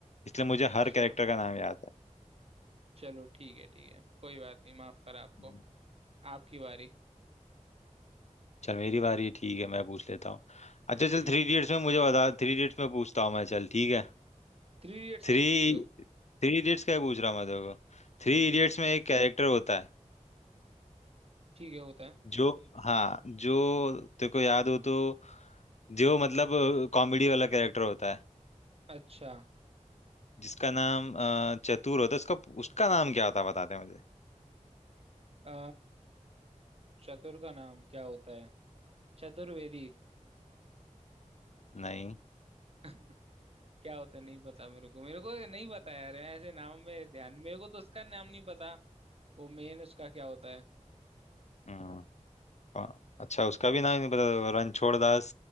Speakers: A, on the left; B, on the right.
A: इसलिए मुझे
B: अच्छा
A: हर कैरेक्टर का नाम याद
B: चलो ठीक है ठीक है कोई बात नहीं माफ करा आपको
A: है
B: आपकी बारी
A: चल मेरी बारी है, ठीक है मैं पूछ लेता हूँ अच्छा चल
B: हम्म
A: थ्री इडियट्स में मुझे बता थ्री इडियट्स में पूछता हूँ मैं चल ठीक है
B: थ्री इडियट्स
A: थ्री
B: का ही पूछ रहे हो
A: थ्री इडियट्स का ही पूछ रहा हूँ मैं तेरे को थ्री
B: हम्म
A: इडियट्स में एक कैरेक्टर होता है
B: ठीक है होता है
A: जो हाँ जो तेरे को याद हो तो जो मतलब कॉमेडी वाला कैरेक्टर होता है
B: अच्छा
A: जिसका नाम अ, चतुर होता है उसका उसका नाम क्या होता है बताते हैं मुझे
B: अ, चतुर का नाम क्या होता है चतुर्वेदी
A: नहीं
B: <laughs> क्या होता है नहीं पता मेरे को मेरे को ये नहीं पता यार मैं ऐसे नाम में ध्यान मेरे को तो उसका नाम नहीं पता वो मेन उसका क्या होता है
A: हम्म, अ, अच्छा उसका भी नाम नहीं पता रणछोड़ दास